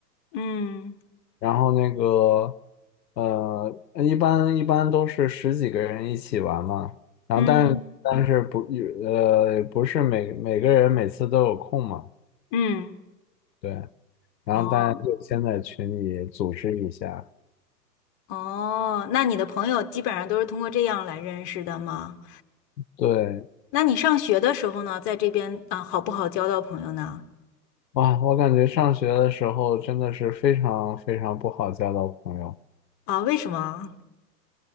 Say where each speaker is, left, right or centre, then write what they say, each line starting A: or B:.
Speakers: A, on the left (about 25°); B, on the left (about 75°).
A: 嗯
B: 然后那个，呃，呃一般一般都是十几个人一起玩嘛，然后但但是不有呃不是每每个人每次都有空嘛，
A: 嗯嗯，
B: 对，然后大家就先在群里组织一下，
A: 哦哦，那你的朋友基本上都是通过这样来认识的吗？
B: 对，
A: 那你上学的时候呢，在这边啊，好不好交到朋友呢？
B: 哇，我感觉上学的时候真的是非常非常不好交到朋友。
A: 啊，为什么？